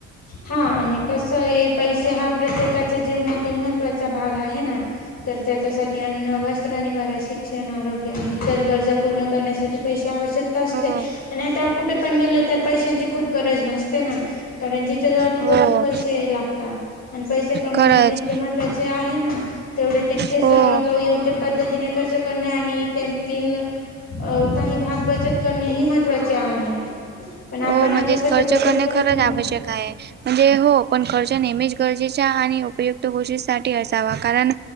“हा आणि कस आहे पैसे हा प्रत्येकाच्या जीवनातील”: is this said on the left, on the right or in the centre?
Left